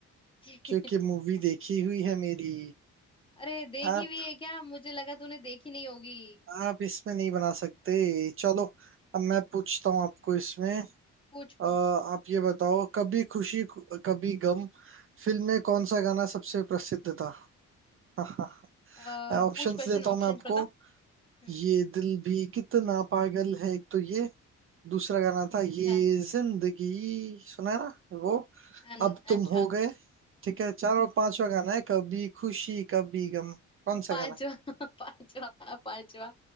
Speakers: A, on the left (about 15°); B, on the right (about 45°).
A: <laughs>
B: क्योंकि मूवी देखी हुई है मेरी
A: अरे देखी
B: आप
A: हुई है क्या मुझे लगा तूने देखी नहीं होगी
B: आप इसमें नहीं बना सकते चलो अब मैं पूछता हूँ आपको इसमें
A: पूछ
B: अ,
A: पूछ
B: आप ये बताओ कभी खुशी कभी गम फिल्म में कौन सा गाना सबसे प्रसिद्ध था <laughs>
A: अ,
B: ऑप्शंस
A: पूछ क्वेश्चन
B: देता हूँ
A: ऑप्शंस
B: मैं आपको
A: बता हम्म
B: ये दिल भी कितना पागल है एक तो ये दूसरा गाना था ये
A: अच्छा
B: जिंदगी सुना है ना वो
A: अन,
B: अब तुम
A: अच्छा
B: हो गए ठीक है चार और पांचवा गाना है कभी खुशी कभी गम कौन सा
A: पांचवा
B: गाना
A: <laughs> पांचवा पांचवा